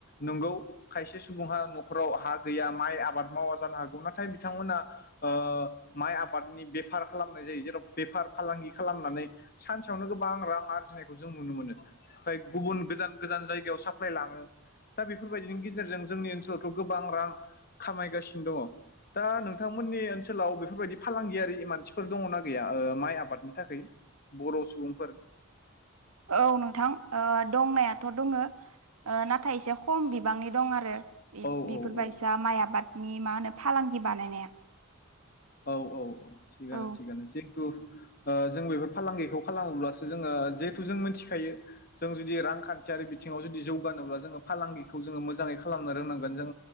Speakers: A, on the left; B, on the right.
A: नंगौ खायसे सुबुंहा नखराव हा गैया माइ आबाद मावा जानो हागौ नाथाय बिथांमोना ओ माइ आबादनि बेफार खालामनाय जायो जेराव बेफार फालांगि खालामनानै सानसेयावनो गोबां रां आरजिनायखौ जों नुनो मोनो। ओमफ्राय गुबुन गोजान गोजान जायगायाव साप्लााय लाङो। दा बेफोरबायदिनि गेजेरजों जोंनि ओनसोलावथ' गोबां रां खामायगासिनो दङ। दा नोंथांमोननि ओनसोलाव बेफोरबायदि फालांगियारि मानसिफोर दङना गैया ओ माइ आबादनि थाखाय बर' सुबुंफोर
B: औ नोंथां दंनायाथ' दङ नाथाय एसे खम बिबांनि दं आरो इ
A: औ
B: बिफोरबायसा
A: औ
B: <unintelligible> माइ आबादनि मा होनो फालांगि बानायनाया
A: औ औ औ थिगानो
B: औ
A: थिगानो जे जेतु ओ जों बेफोर फालांगिखौ खालामोब्लासो जोङो जेहेतु जों मिथिखायो जों जुदि रांखान्थियारि बिथिङाव जुदि जौगानोब्ला जोङो फालांगिखौ जोङो मोजाङै खालामनो रोंनांगोन जों